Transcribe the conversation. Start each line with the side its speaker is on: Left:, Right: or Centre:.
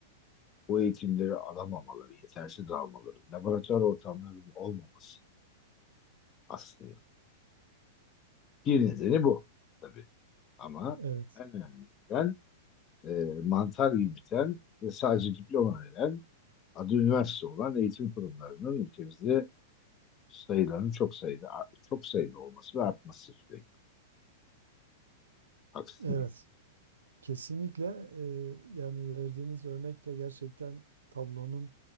Left: bu eğitimleri alamamaları, yetersiz almaları, laboratuvar ortamlarının olmaması aslında. Bir nedeni bu tabii ama
Right: evet,
Left: en önemli neden e, mantar gibi biten ve sadece diploma veren adı üniversite olan eğitim kurumlarının ülkemizde sayılarının çok sayıda çok sayıda olması ve artması sürekli. Haksız
Right: evet.
Left: mıyım?
Right: Kesinlikle e, yani verdiğiniz örnek de gerçekten tablonun